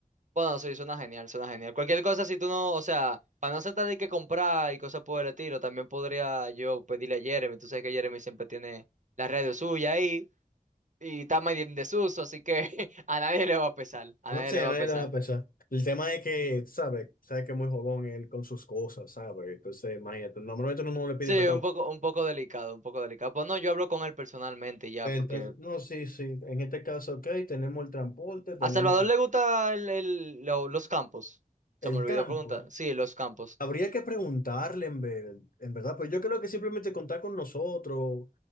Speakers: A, on the right (about 55°); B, on the left (about 70°).
A: Bueno, sí, suena genial, suena genial. Cualquier cosa, si tú no, o sea, para no tratar de que comprar y cosas por el estilo, también podría yo pedirle a Jeremy. Tú sabes que Jeremy siempre tiene la radio suya ahí y está medio en desuso, así que <laughs> a nadie le va a pesar, a
B: No
A: nadie
B: sé,
A: le va
B: a
A: a
B: nadie
A: pesar.
B: le va a pesar. El tema es que, ¿sabes? Sabes que es muy jodón él con sus cosas, ¿sabes? Entonces, imagínate, normalmente uno no le pide
A: Sí,
B: prestado.
A: un poco, un poco delicado, un poco delicado. Pues no, yo hablo con él personalmente ya,
B: Pero
A: porque
B: Entonces, no, sí, sí. En este caso, ok, tenemos el transporte, tenemos
A: a Salvador le gusta el, el- lo- los campos. Se
B: el
A: me olvidó
B: campo.
A: preguntar. Sí, los campos.
B: Habría que preguntarle, en ver- en verdad, pero yo creo que simplemente contar con nosotros,